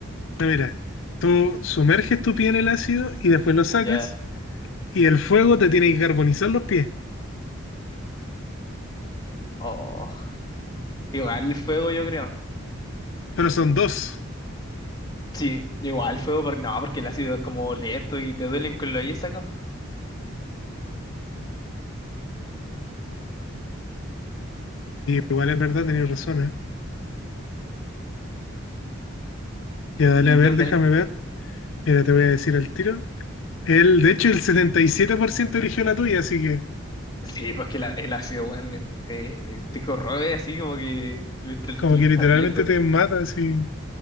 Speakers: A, on the left; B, on the left.
A: no, Mira, tú sumerges tu pie en el ácido y después lo sacas
B: ya.
A: y el fuego te tiene que carbonizar los pies.
B: Oh, igual el fuego, yo creo.
A: Pero son dos.
B: Sí, igual el fuego, porque no, porque el ácido es como lento y te duelen con lo yes acá.
A: Igual es verdad, tenías razón, ¿eh? Ya dale,
B: ¿Y
A: a ver,
B: qué onda
A: déjame
B: ahí?
A: ver. Mira, te voy a decir al tiro. Él, de hecho, el 77% eligió la tuya, así que
B: Sí, pues que la- el ácido, weón, te, te corroe así como que mientras
A: como
B: tú lo
A: que
B: estás
A: literalmente
B: viendo.
A: te mata, así